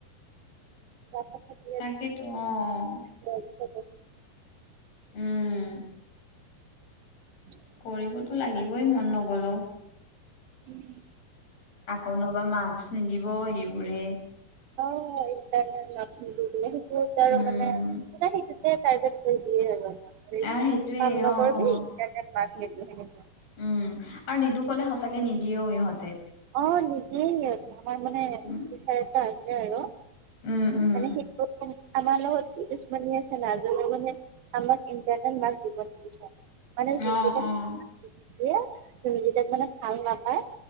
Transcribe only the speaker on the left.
তাকেইেতো অ'।
উম।
কৰিবতো লাগিবই মন নগ'লো।
আকৌ নোবা মাস্ক নিদিব ইউৰে।
উম
আহ সেইটোয়ে
অ অ
উম আৰু নিদো ক'লে সঁচাকে নিদিয়েও ইহঁতে।
উম
উম উম
অ
অ